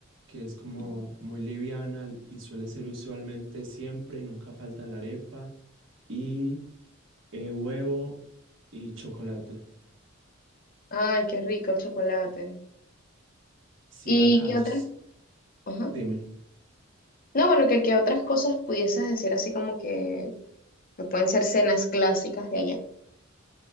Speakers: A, on the right; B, on the left.
A: que es como
B: Ujú.
A: muy liviana y suele ser usualmente siempre, nunca falta la arepa y eh, huevo y chocolate.
B: Ay, qué rico el chocolate.
A: Si
B: ¿Y
A: acaso,
B: qué otras? Ajá.
A: dime.
B: No, bueno, que, que otras cosas pudieses decir así como que, que pueden ser cenas clásicas de allá.